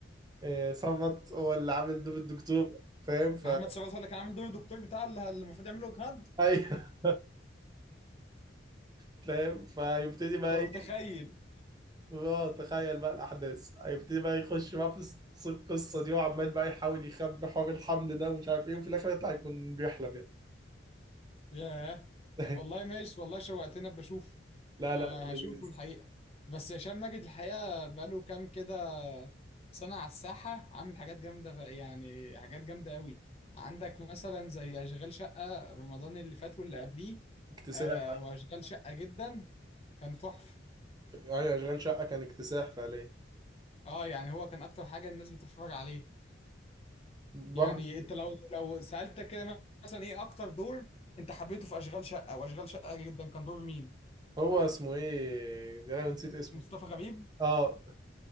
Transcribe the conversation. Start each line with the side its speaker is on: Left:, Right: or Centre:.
Right: آه، صمت هو اللي عامل دور الدكتور فاهم ف
Left: محمد
Right: <laughs>
Left: صبحي هو اللي كان عامل دور الدكتور بتاع اللي اللي المفروض يعمله جهاد
Right: ايوه فاهم فيبتدي بقى
Left: ده
Right: ايه
Left: متخيل
Right: اه تخيل بقى الاحداث هيبتدي بقى يخش بقى في الس- القصه دي وعمال بقى يحاول يخبي حوار الحمل ده ومش عارف ايه وفي الاخر يطلع يكون بيحلم يعني
Left: ياه
Right: <laughs>
Left: طب والله ماشي والله شوقتنا بشوفه
Right: لا
Left: آه
Right: لا
Left: هشوفه
Right: لذيذ.
Left: الحقيقة بس هشام ماجد الحقيقة بقاله كام كده سنة على الساحة عامل حاجات جامدة ف- يعني حاجات جامدة قوي عندك مثلا زي أشغال شقة رمضان اللي فات واللي قبليه
Right: اكتساح
Left: آه، وأشغال شقة جدا كان تحفة
Right: ايوه اشغال شقه كان اكتساح فعليا
Left: اه يعني هو كان أكتر حاجة الناس بتتفرج عليه
Right: برضه
Left: يعني أنت لو لو سألتك كده مثلا إيه أكتر دور أنت حبيته في أشغال شقة وأشغال شقة جدا كان دور مين؟
Right: هو اسمه ايه ده انا نسيت اسمه
Left: مصطفى غريب
Right: اه